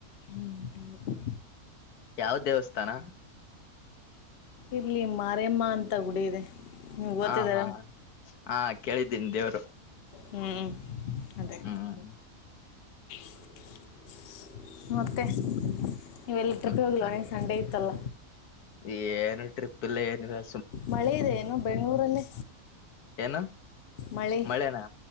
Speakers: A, on the left; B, on the left.
A: <unintelligible>
B: ಯಾವ ದೇವಸ್ಥಾನ
A: ಇಲ್ಲಿ ಮಾರಮ್ಮ ಅಂತ ಗುಡಿ ಇದೆ ನಿಮ್ಗ ಗೊತ್ತಿದೆ
B: ಹಾ ಹಾ ಹಾ ಕೇಳಿದ್ದೀನೀ ದೇವ್ರು
A: ಹೂ ಅದೇ
B: ಹ್ಮ್
A: <inaudible> ಮತ್ತೆ ನೀವೆಲ್ಲ ಟ್ರಿಪ್ಗೆ
B: ಮತ್ತೆ
A: ಹೋಗಿಲ್ವನಿಗೆ ಸಂಡೆ ಇತ್ತಲ್ಲ
B: ಏನು ಟ್ರಿಪ್ ಇಲ್ಲ ಏನ ಇಲ್ಲಾ
A: ಮಳೆ ಇದೆ ಏನು ಬೆಂಗಳೂರಲ್ಲಿ
B: ಏನು
A: ಮಳೆ
B: ಮಳೆನಾ